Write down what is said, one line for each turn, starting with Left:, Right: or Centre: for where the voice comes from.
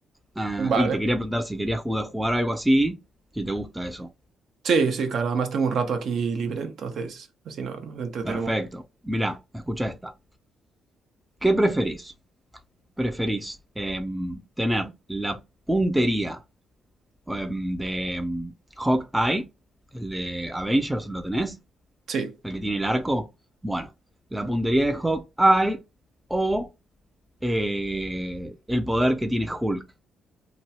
Centre: Ah,
Right: Vale,
Centre: y te quería preguntar si querías jugar, jugar algo así, si te gusta eso.
Right: Sí, sí, claro, además tengo un rato aquí libre, entonces así no- nos entretenemos.
Centre: Perfecto. Mirá, escucha esta. ¿Qué preferís? ¿Preferís em, tener la puntería em, de em, Hawkeye, el de Avengers, lo tenés?
Right: sí.
Centre: ¿El que tiene el arco? Bueno, la puntería de Hawkeye o eh, el poder que tiene Hulk.